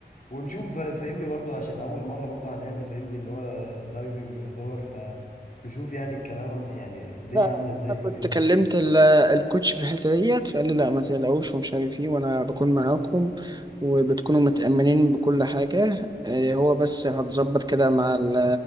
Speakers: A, on the left; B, on the right.
A: ونشوف فا- فاهمني برضو عشان اول مره برضو هنعمل فاهمني اللي هو دايفنج يعتبر فنشوف يعني الكلام يعني الدنيا
B: لا لا
A: عامله ازاي
B: انا كنت
A: فاهمني
B: كلمت ال- الكوتش في الحته ديت فقال لي لا ما تقلقوش ومش عارف ايه وانا بكون معاكم وبتكونوا متأمنين بكل حاجة إيه هو بس هتظبط كده مع ال-